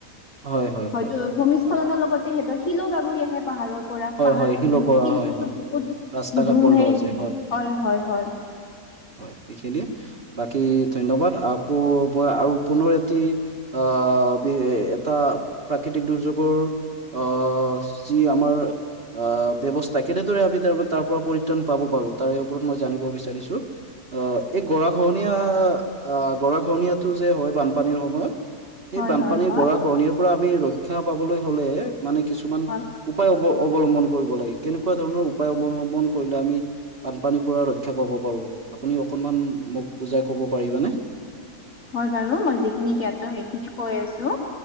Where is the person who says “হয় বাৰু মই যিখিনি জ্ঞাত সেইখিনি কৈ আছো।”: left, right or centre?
Left